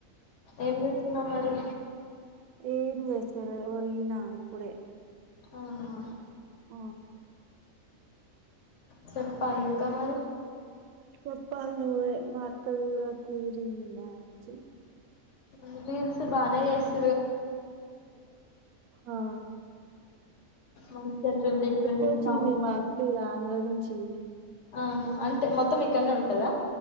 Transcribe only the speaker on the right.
ఏం జెసెలే ఒరిగినా ఇప్పుడే
ఆ
చెప్పాలి నువ్వే మా అక్కది కూడా కుదిరింది మ్యాచ్
ఆ
వచ్చ
వచ్చింది
మా
అక్క ఇగ ఆంధ్ర నుంచి